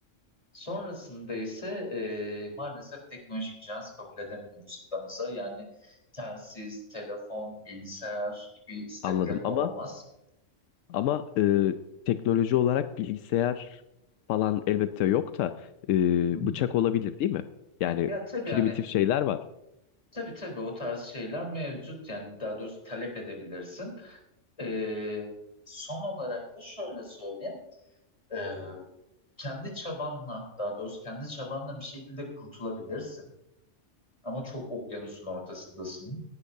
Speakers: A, on the left; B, on the left.
A: sonrasında ise e, maalesef teknolojik cihaz kabul edemiyoruz kıtamıza. Yani telsiz, telefon, bilgisayar gibi isteklerin
B: Anladım ama
A: olamaz.
B: ama e, teknoloji olarak bilgisayar falan elbette yok da e,
A: Hı hı.
B: bıçak olabilir değil mi? Yani
A: Ya tabii
B: primitif
A: hani
B: şeyler var.
A: tabii tabii o tarz şeyler mevcut. Yani daha doğrusu talep edebilirsin. Ee, son olarak da şöyle söyleyeyim. Ee, kendi çabanla, daha doğrusu kendi çabanla bir şekilde kurtulabilirsin. Ama çok okyanusun ortasındasın.